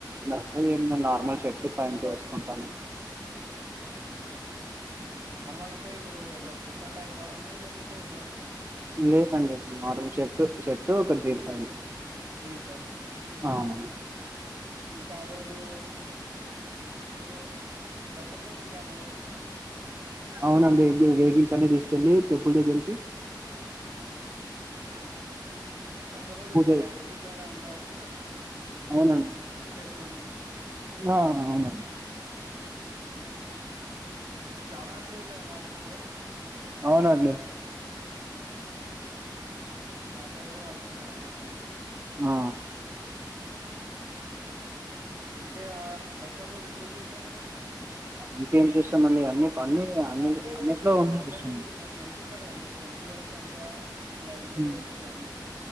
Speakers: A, on the right; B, on the right.
A: బట్టలు ఏం ఉందండి నార్మల్ షర్ట్ ఫాంట్ వేసుకుంటాను
B: నార్మల్ అంటే ఇప్పుడు ఎట్లా కుర్తా టైప్ ఆ అండి లేకపోతే ఎట్లా
A: లేదండి నార్మల్ షర్టు షర్ట్ ఒక జీన్ ప్యాంట్
B: జీన్సా అండి
A: అవునండి
B: ఇంకా ఆ రోజు మీరు దసరా రోజు ఇంకా ఏమైనా చేస్తారా అండి
A: అవునడి గివి వెహికల్స్ అన్నీ తీసుకెళ్ళి టెంపుల్ దగ్గరకి
B: దసరా రోజు
A: పూజ
B: ఇట్లా డ్యాన్స్ గిట్లా ఏడా ఉంటాడన్
A: అవునండి
B: వేస్తామండి
A: ఆ అవునండి
B: రావణాసురుడు ఇట్లా కాల్చుంటదా
A: అవునండి
B: మా సైడ్ కూడా కాల్చుండే రావణాసురుని
A: ఆ
B: ఇంకే ఆ దసరా రోజు ఇంకేం చేస్తారండి మీరు
A: ఇంకేం చేస్తామండి అన్ని అన్ని అన్ని
B: అంటే ఇప్పుడు
A: అన్నిట్లో
B: మీ
A: ఉండి
B: అంటే
A: చూస్తాం
B: మీ ఇట్లా ఫ్రెండ్స్ ఉంటారు కదండి ఫ్రెండ్స్ కలిసి అంతా ఇట్లా ఎంజాయ్
A: హ్మ్.
B: చేస్తారు కదండి